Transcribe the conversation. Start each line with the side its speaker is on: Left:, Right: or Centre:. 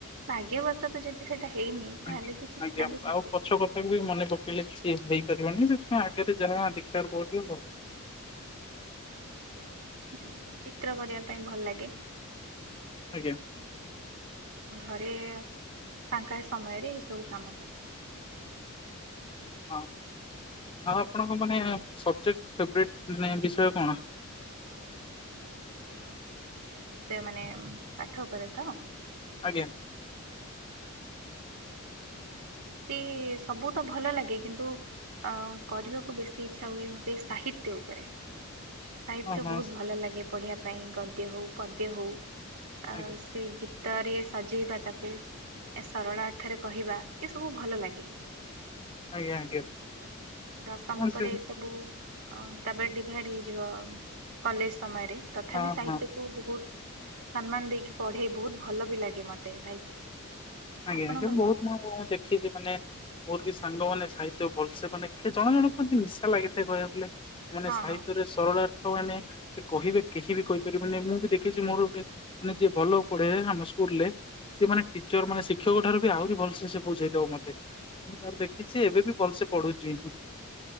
Right: ଭାଗ୍ୟବଶ ତ ଯଦି ସେଇଟା ହେଇନି ତାହେଲେ
Left: ଆଜ୍ଞା।
Right: କିଛି
Left: ଆଜ୍ଞା
Right: ପିଲାଙ୍କୁ ଶିଖେଇକି
Left: ଆଉ ପଛ
Right: ମୁଁ
Left: କଥାକୁ ବି ମନେ ପକେଇଲେ କିଛି ହେଇପାରିବନି ସେଥିପାଇଁ ଆଗରେ ଯାହା ଦେଖିବାକୁ ପଡିବ।
Right: ହଁ ଚିତ୍ର କରିବା ପାଇଁ ଭଲ ଲାଗେ।
Left: ଆଜ୍ଞା।
Right: ଘରେ-ଏ-ଏ ଫାଙ୍କା ସମୟରେ ଏଇ ସବୁ କାମ କରେ।
Left: ହଁ ହଁ ଆପଣଙ୍କ ମାନେ ସବଜେକ୍ଟ ଫେବରେଟ୍ ମାନେ ବିଷୟ କଣ?
Right: ହଁ ସେ ମାନେ ପାଠ ଉପରେ ତ?
Left: ଆଜ୍ଞା। <inaudible>
Right: ତି-ଇ-ଇ-ଇ ସବୁ ତ ଭଲ ଲାଗେ କିନ୍ତୁ ଆ କରିବାକୁ ବେଶୀ ଇଚ୍ଛା ହୁଏ ମୋତେ ସାହିତ୍ୟ ଉପରେ। ସାହିତ୍ୟ
Left: ହଁ ହଁ
Right: ବହୁତ ଭଲ ଲାଗେ ପଢିବା ପାଇଁ ଗଦ୍ୟ ହଉ ପଦ୍ୟ ହଉ। ଆଉ
Left: ଆଜ୍ଞା
Right: ସେ ଗୀତରେ ସଜେଇବା ତାକୁ ସରଳା ଥରେ କହିବା ଏ ସବୁ ଭଲ ଲାଗେ।
Left: ଆଜ୍ଞା ଆଜ୍ଞା।
Right: ଦଶମ
Left: ହଁ
Right: ପରେ
Left: ସେ
Right: ଏସବୁ ଅ ତାପରେ ଡିଭାଇଡ଼୍ ହେଇଯିବ କଲେଜ ସମୟରେ। ତଥାପି
Left: ହଁ
Right: ସାହିତ୍ୟକୁ
Left: ହଁ
Right: ବହୁତ ସମ୍ମାନ ଦେଇକି ପଢେ ବହୁତ ଭଲ ବି ଲାଗେ ମତେ ସାହିତ୍ୟ।
Left: ଆଜ୍ଞା
Right: ଆପଣଙ୍କର
Left: ଆଜ୍ଞା ବହୁତ
Right: କଣ
Left: ମୁଁଁ ଦେଖିଛି ମାନେ ମୋର ବି ସାଙ୍ଗମାନେ ସାହିତ୍ୟ ଭଲସେ ମାନେ ଜଣ ଜଣ କୁହନ୍ତି ନିଶା ଲାଗିଥାଏ କହିବାକୁ ଗଲେ। ମାନେ
Right: ହଁ
Left: ସାହିତ୍ୟରେ
Right: ହଁ
Left: ସରଳାର୍ଥ ମାନେ ସେ କହିବେ କେହି ବି କହିପାରିବେନି ମୁଁ ବି ଦେଖିଛି ମୋର ଗୋଟେ ମାନେ ଯିଏ ଭଲ ପଢେ ଆମ ସ୍କୁଲ ରେ ସେ ମାନେ ଟିଚର ମାନେ ସି କ୍ଷକ ଠାରୁ ବି ଆହୁରି ଭଲସେ ସେ ବୁଝେଇଦବ ମତେ ମୁଁ ତାର ଦେଖିଛି
Right: ହଁ।
Left: ଏବେ ବି ଭଲସେ ପଢୁଛି।